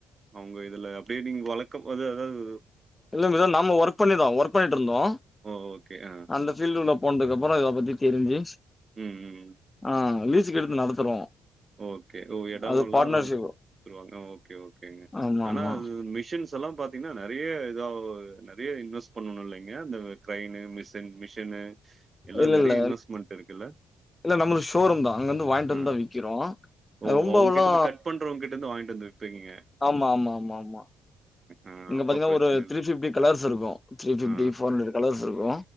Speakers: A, on the right; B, on the left.
A: அவுங்க இதுல அப்டியே நீங்க வளக்கம் போது எதாது
B: இல்ல பிரதர் நாம ஒர்க் பண்ணிடோ ஒர்க் பண்ணிட்ருந்தோ
A: ஓ! ஓகே. ஆ.
B: அந்த பீல்டுள்ள போனதுக்கப்பற இத பத்தி தெரிஞ்சு
A: ம் ம்
B: ம் லீஸ்ஸுக்கு எடுத்து நடத்துறோ
A: ஓகே ஓ இடமெல்லா
B: அது பார்ட்னர்ஷிப்
A: குத்துருவாங்க ஓகே ஓகேங்க
B: ஆமா
A: ஆனா
B: ஆமா
A: அது மிஷின்ஸ் ஸலா பாத்தீங்னா நெறைய இதாவ் நெறைய இன்வெஸ் பண்ணணு இல்லைங்க அந்த கிரைனு மிஷின் மிஷினு எல்லாம்
B: இல்ல
A: நெறைய
B: இல்ல
A: இன்வெஸ்ட்மென்ட் இருக்குல்ல?
B: இல்ல நம்மளுது ஷோரூம் தா அங்கருந்து வாங்கிட்டு
A: ஆ.
B: வந்துதா விக்கிறோ
A: ஓ
B: ரொம்பவெல்லா
A: அவங்ககிட்ட இருந்து கட் பண்றவங்கிட்ட இருந்து வாங்கிட்டு வந்து விப்பிங்க
B: ஆமா ஆமா ஆமா ஆமா
A: ஆ
B: இங்க
A: அப்ப
B: பாத்திங்னா
A: பிரச்சனை
B: ஒரு
A: இல்ல.
B: த்ரீ ஃபிஃப்டி கலர்ஸ் இருக்கு த்ரீ ஃபிஃப்டி
A: ஆ.
B: ஃபோர் ஹண்ட்ரட் கலர்ஸ் இருக்கு